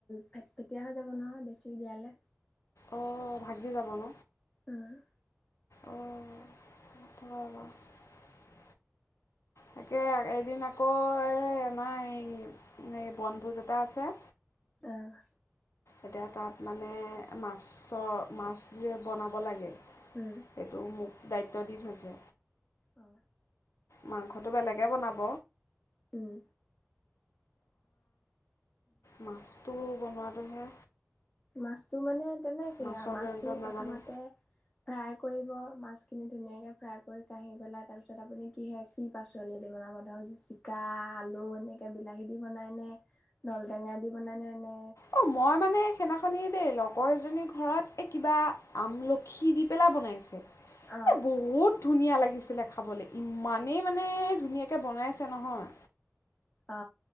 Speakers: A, on the left (about 25°); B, on the left (about 85°).
A: ফেটফেটিয়া হৈ যাব নহয় বেছি দিয়ালে।
B: অ', ভাগি যাব ন।
A: ওহ',
B: <inaudible> তাকে এদিন আকৌ এই আমাৰ এই- এই বনভোজ এটা আছে।
A: আহ',
B: এতিয়া তাত মানে মাছৰ -মাছ বনাব লাগে।
A: উম।
B: সেইটো মোক দায়িত্ব দি থৈছে।
A: অ।
B: মাংসটো বেলেগে বনাব।
A: উম।
B: <inaudible> মাছটো বনোৱাটোহে।
A: মাছতটো মানে তেনেকে
B: মাছৰ
A: আৰু মাছখিনি
B: ব্যঞ্জন নাজানো
A: প্ৰথমতে ফ্ৰাই। কি কৰিব মাছ খিনি ধুনীয়াকে ফ্ৰাই কৰি কাঢ়ি পেলাই তাৰ পিছত আপুনি কি কি পাচলি দি বনাব, ধৰক জিকা আলু এনেকে বিলাহী দি বনাই নে নলটেঙা দি বনাই নে ন
B: অ মই মানে। সেইদিনাখনি দেই লগৰজনী ঘৰত কিবা আমলখি দি পেলাই বনাইছে।
A: অ',
B: এ বহুত ধুনীয়া লাগিছিলে খাবলে, ইমানেই মানে ধুনীয়াকৈ বনাইছে নহয়।
A: অ